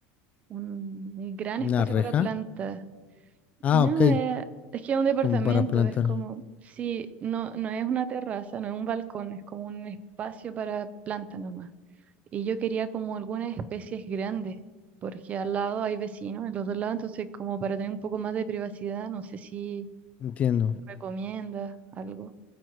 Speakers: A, on the right; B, on the left.
A: un- un gran
B: ¿Una
A: espacio
B: reja?
A: para plantas.
B: Ah,
A: No,
B: ok,
A: eh, es que es un departamento,
B: como para plantar,
A: es como, sí, no, no es una terraza, no es un balcón, es como un espacio para planta nomás. Y yo quería como algunas especies grandes, porque al lado hay vecinos, en los dos lados, entonces como para tener un poco más de privacidad, no sé si
B: entiendo.
A: recomienda algo.